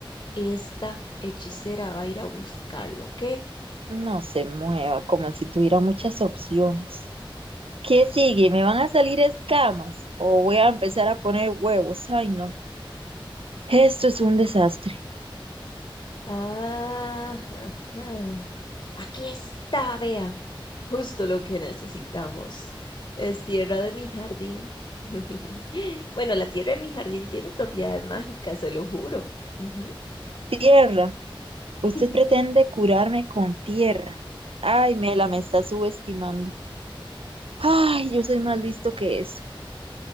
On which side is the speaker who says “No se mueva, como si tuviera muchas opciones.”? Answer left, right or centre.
Right